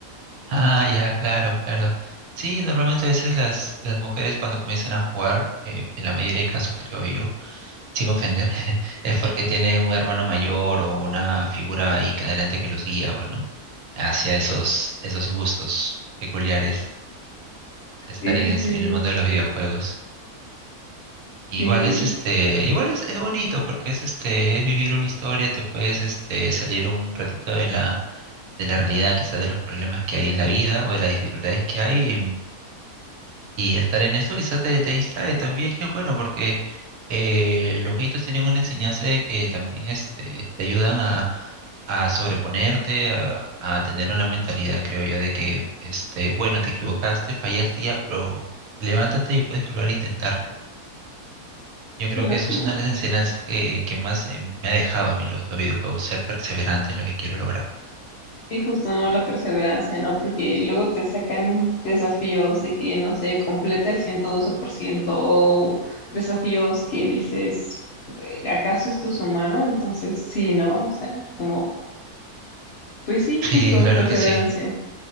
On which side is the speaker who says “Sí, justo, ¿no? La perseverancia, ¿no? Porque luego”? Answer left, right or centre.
Left